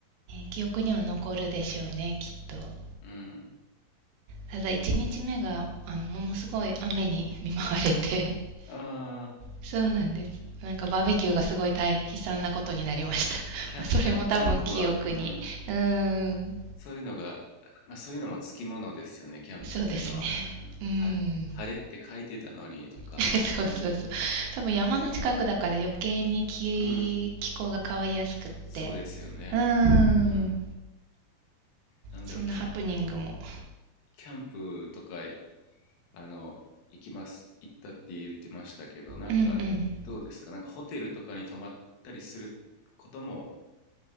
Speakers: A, on the right; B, on the left.
A: 記憶には残るでしょうね、きっと。
B: うん。
A: ただ1日目があのものすごい雨に見舞われて
B: ああ、
A: そうなんです。なんかバーベキューがすごい大悲惨なことになりました。<laughs>
B: キャン、
A: それも多分記憶に。
B: キャン、キャンプは、うん、
A: うーん。
B: そういうのが、まあ、そういうのもつきものですよね、キャンプっていうのは。
A: そうですね。
B: うん、
A: うーん。
B: は晴れって書いてたのにとか、
A: <laughs> そうそうそう。
B: うん、
A: 多分山の近くだから余計に気気候が変わりやすくって。
B: うん、そうですよね。
A: うーん。
B: うん、なんだろう、
A: そんなハプニングも。
B: キャ、キャンプとか、あの、行きます、行ったって言ってましたけど、なんかどうですか、
A: うんうん。
B: なんかホテルとかに泊まったりすることも